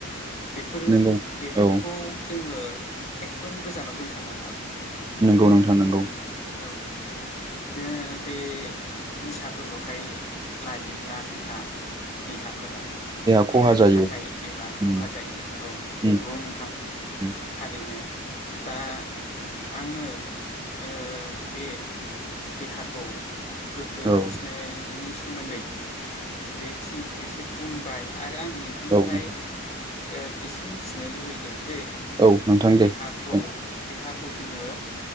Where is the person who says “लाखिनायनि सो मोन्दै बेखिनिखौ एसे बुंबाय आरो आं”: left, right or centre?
Left